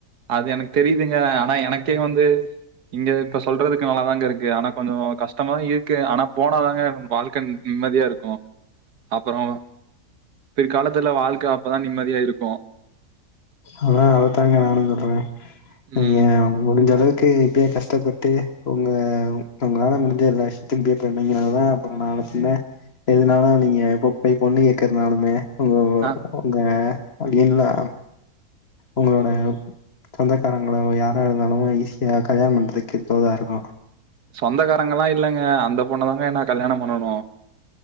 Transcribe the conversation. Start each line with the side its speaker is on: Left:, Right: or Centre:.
Right: அது எனக்கு தெரிதுங்க ஆனா எனக்கே வந்து இங்க இப்ப சொல்றதுக்கு நல்லாதாங்க இருக்கு ஆனா கொஞ்ச கஷ்டமா இருக்கு ஆனா போனாதாங்க வாழ்க்க நிம்மதியா இருக்கு அப்பறோ பிற்காலத்துல வாழ்க அப்பதா நிம்மதியா இருக்கு
Left: அதா அதத்தாங்க நானு சொல்ற நீ
Right: ம்.
Left: எய முடிஞ்ச அளவுக்கு இப்பயே கஷ்டப்பட்டு உங்க உங்களால முடிஞ்ச எல்லா <unintelligible> தா அப்பறோ நாள பிண்ண எதுனாலு நீங்க எப்ப போய் பொண்ணு கேக்குறதுனாலுமே உங்க
Right: அ
Left: உங்க அவிங்கல்லா உங்களோட சொந்தக்காரங்கலோ யாரா இருந்தாலு ஈஸியா கல்யாணம் பண்றதுக்கு தோதா இருக்கு
Right: சொந்தக்காரங்கல்லா இல்லங்க அந்த பொண்ண தாங்க நா கல்யாண பண்ணனு